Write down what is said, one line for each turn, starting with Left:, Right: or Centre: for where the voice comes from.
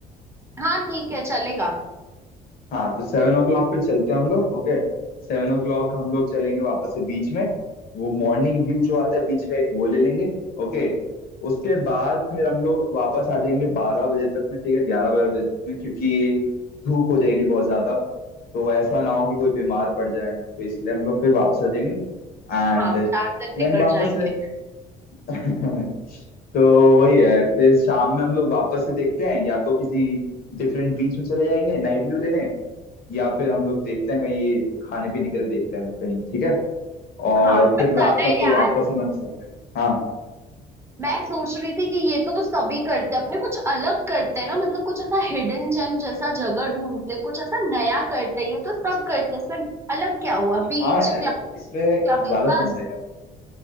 Right: हाँ ठीक है चलेगा
Left: हाँ तो सेवन ओ क्लॉक पे चलते हैं हम लोग ओके सेवन ओ क्लॉक हम लोग चलेंगे वापस से बीच में वो मॉर्निंग व्यू जो आता है बीच में एक वो ले लेंगे ओके उसके बाद फिर हम लोग वापस आ जाएंगे बारह बजे तक में ठीक है ग्यारह बारह बजे तक में क्योंकि धूप हो जाएगी बहुत ज्यादा तो ऐसा ना हो कि कोई बीमार पड़ जाए तो इसलिए हम लोग फिर वापस आ जाएंगे एंड
Right: हाँ चार दिन
Left: देन
Right: बिगड़
Left: वापस
Right: जाएंगे
Left: से <laughs> तो वही है फिर शाम में हम लोग वापस से देखते हैं या तो किसी डिफरेंट बीच में चले जाएंगे नाइट व्यू लेने या फिर हम लोग देखते हैं कहीं खाने पीने के लिए देखते हैं कहीं ठीक है और
Right: हाँ पर
Left: फिर रात
Right: तने
Left: का तो
Right: यार
Left: वापस हमारे साथ है हाँ
Right: मैं सोच रही थी कि ये तो सभी करते हैं अपने कुछ अलग करते हैं ना मतलब कुछ ऐसा हिडन जेम जैसा जगह ढूंढते हैं, कुछ ऐसा नया करते हैं ये तो सब करते हैं इसमें अलग क्या हुआ बीच
Left: हाँ यार
Right: क्लब
Left: इसमें
Right: क्लबिंग
Left: ज्यादा फन रहेगा